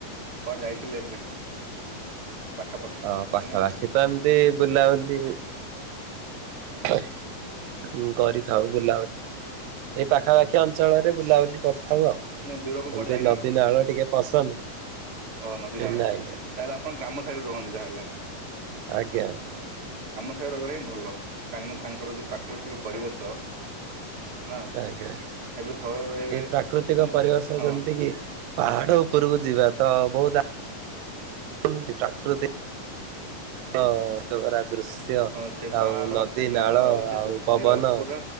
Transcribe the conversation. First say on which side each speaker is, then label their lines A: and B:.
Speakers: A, on the right; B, on the right.
A: କୁଆଡେ ଯାଇଥିଲେ ଏବେ? ପାଖାପାଖି
B: ହଁ ପାଖାପାଖି
A: ମାନେ
B: ତ ଏମତି ବୁଲାବୁଲି ହଁ କରିଥାଉ ବୁଲାବୁଲି ଏଇ ପାଖାପାଖି ଅଞ୍ଚଳରେ ବୁଲାବୁଲି କରିଥାଉ ଆଉ।
A: ମାନେ ଦୂରକୁ କୁଆଡ଼େ
B: ଏମତି ନଦୀନାଳ ଟିକେ ପସନ୍ଦ
A: ହ ନଦୀ ନାଳ
B: ନାଇଁ
A: ଆରେ
B: ନାଇଁ
A: ତାହେଲେ ଆପଣ ଖାଇ ରୁହନ୍ତି ତାହେଲେ।
B: ଆଜ୍ଞା ଆଜ୍ଞା।
A: କଥା ରହିବା ହିଁ ଭଲ କାହିଁକିନା ତାଙ୍କର ଯେଉଁ ପ୍ରାକୃତିକ ପରିବେଶ ନା
B: ଆଜ୍ଞା
A: ଏବେ ସହର ରହିବେ
B: ଏଇ ପ୍ରାକୃତିକ
A: ମାନେ
B: ପରିବେଶ
A: ସେ ହଁ
B: ଯେମିତି କି ପାହାଡ ଉପରକୁ ଯିବା ତ ବହୁତ <unintelligible> ପ୍ରାକୃତି ଅ ମନଭରା ଦୃଶ୍ୟ
A: ହଁ ସେ ପାହାଡ଼
B: ଆଉ ନଦୀ,
A: ସେ
B: ନାଳ
A: ସେ
B: ଆଉ
A: ଦୃଶ୍ୟ
B: ପବନ
A: ପୁରା